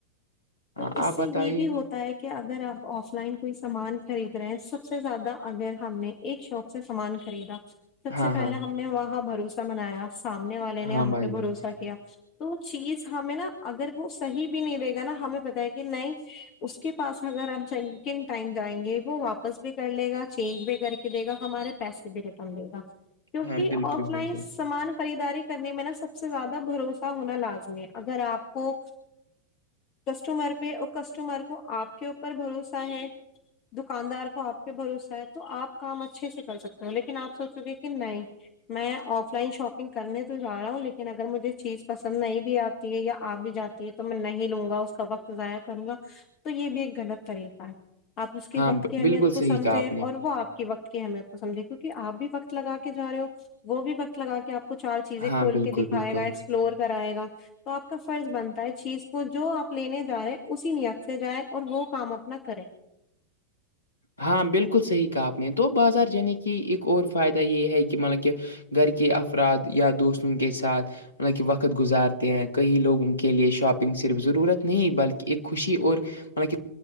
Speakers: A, on the left; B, on the left.
A: پر
B: ہاں
A: اس
B: آپ بتائیے
A: سے یہ بھی ہوتا ہے کہ کہ اگر آپ آف لائن کوئی سامان خرید رہے ہیں سب سے زیادہ اگر ہم نے ایک شاپ سے سامان خریدا سب
B: ہاں
A: سے
B: ہاں
A: پہلے ہم نے وہاں بھروسہ منایا سامنے والے نے
B: ہاں
A: ہم
B: بھائی
A: پ
B: جان
A: بھروسہ تو چیز ہمیں نا اگر وہ صحی بھی نہیں رہے گا نا ہمیں بتایا کہ نہیں اس کے پاس اگر ہم سنکن ٹائم جائیں گے وہ واپس بھی کر لے گا چینج بھی کر کے دے گا ہمارے پیسے بھی ریٹرن دے گا کیونکہ
B: ہاں بالکل
A: آف لائن
B: بالکل
A: سامان خریداری کرنے میں نا سب سے زیادہ بھروسہ ہونا لازمی ہے اگر آپ کو کسٹمر پہ کسٹمر کو آپ کے اوپر بھروسہ ہے دکاندار کو آپ پہ بھروسہ ہے تو آپ کام اچھے سے کر سکتے ہو لیکن آپ سوچو گے کہ نہیں میں آف لائن شاپنگ کرنے تو جا رہا ہوں لیکن اگر مجھے چیز پسند نہیں بھی آتی ہے یا آپ بھی جاتی ہے تو میں نہیں لوں گا اس کا وقت ضائع کروں گا تو یہ بھی ایک غلط طریقہ ہے آپ اس کے
B: ہاں
A: وقت
B: ب-
A: کی اہمیت
B: بالکل
A: کو
B: صحیح
A: سمجھیں
B: کہا آپ نے
A: اور وہ آپ وقت کی اہمیت کو سمجھے کی کہ آپ بھی وقت لگا کے جا رہے ہو وہ بھی وقت لگا کے آپ کچ چار چیزیں
B: ہاں
A: کھول
B: بالکل
A: کے دکھائے
B: بالکل
A: گا ایکسپلور کرائے گا تو آپ کا فرض بنتا ہے چیز وہ جو آپ لینے جا رہے ہیں اسی نیات سے جائیں اور وہ کام اپنا کریں
B: ہاں بالکل صحیح کاپنے تو بازار جانے کی ایک اور فائدہ یہ ہے کہ مطلب کہ گھر کےے افراد یا دوستن کے ساتھ مط کہ وقت گزارتے ہیں کہیں لوگوں کے لیے شاپنگ صرف ضرورت نہیں بلکہ ایک خوشی اور مطل